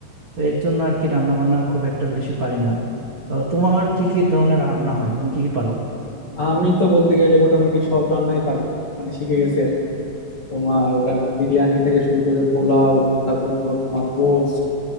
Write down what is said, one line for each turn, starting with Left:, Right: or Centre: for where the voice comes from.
Right: তো এর জন্য আর কি রান্না বান্না খুব একটা বেশি পারি না আহ, তোমার কি কি ধরনের রান্না হয় তুমি কি কি পারো
Left: আমি তো বলতে গেলে মোটামুটি সব রান্নাই পারি মানে শিখে গেছি আর কি তোমার আহ, বিরিয়ানি থেকে শুরু করে পোলাও তারপরে ধরো তোমার রোস্ট